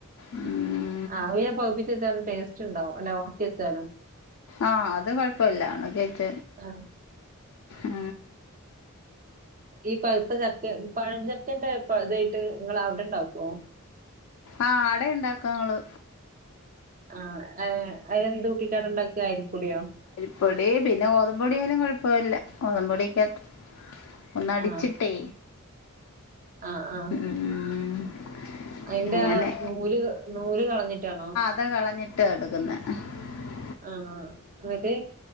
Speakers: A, on the left; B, on the right.
A: ഉം.
B: ആവിൽ പൊകപ്പിച്ച് വെച്ചാലും ടേസ്റ്റ് ഉണ്ടാവും അല്ലെ ഉണക്കി വെച്ചാലും.
A: ആ അത് കൊഴപ്പമില്ല ഉണക്കി വെച്ച.
B: ആ
A: ആ.
B: ഈ പഴുത്ത ചക്ക പഴം ചക്കന്റെ ഇതായിട്ട് നിങ്ങൾ അവിടെ ഉണ്ടാക്കോ.
A: ആ ആടെ ഉണ്ടാകും ഞങ്ങള്.
B: ആ അത് എന്ത് കൂട്ടിട്ട അവിടെ ഉണ്ടാക്ക അരിപൊടിയോ.
A: പൊടി പിന്നെ ഗോതമ്പൊടിയായാലും കുഴപ്പമില്ല ഗോതമ്പോപൊടിക്കാത്ത്. ഒന്ന് അടിച്ചിട്ടേ.
B: ആ ആ ആ.
A: ഉം.
B: അതിന്റെ
A: അങ്ങനെ
B: ആ നൂല് നൂല് കളഞ്ഞിട്ടാണോ.
A: ത് കളഞ്ഞിട്ട് എടു. <unintelligible>
B: ആ എന്നിട്ട്